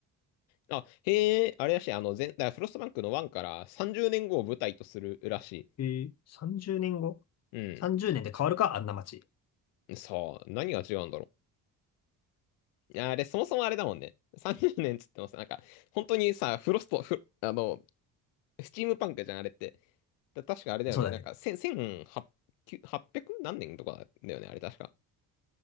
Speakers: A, on the left; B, on the left.
A: あ、へえ、あれらしい、あの、全、だからフロストパンクの1から30年後を舞台とするらし
B: えー、30年後
A: い。うん。
B: ?30 年で変わるかあんな街。
A: さあ、何が違うんだろう。あれ、そもそもあれだもんね。30年っつってます。なんか、本当にさ、フロスト、フ、あの、スチームパンクじゃん、あれって。だ確かあれだよね。
B: そうだね。
A: なんか、千、千八、九八百何年とかだよね、あれ確か。